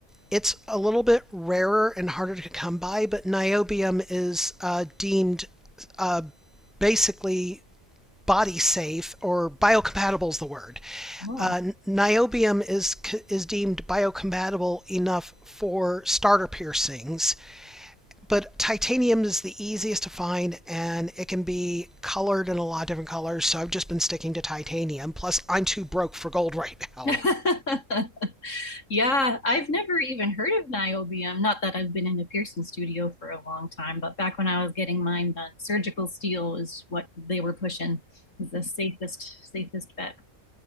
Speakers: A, in the centre; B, on the left.
A: It's a little bit rarer and harder to come by, but niobium is uh, deemed uh, basically body safe or biocompatible is the word.
B: Oh,
A: Uh, niobium is is deemed biocompatible enough for starter piercings, but titanium is the easiest to find and it can be colored in a lot of different colors. So I've just been sticking to titanium. Plus, I'm too broke for gold <laughs> right now.
B: <laughs> Yeah, I've never even heard of niobium. Not that I've been in a piercing studio for a long time, but back when I was getting mine done, surgical steel is what they were pushing. Is the safest, safest bet.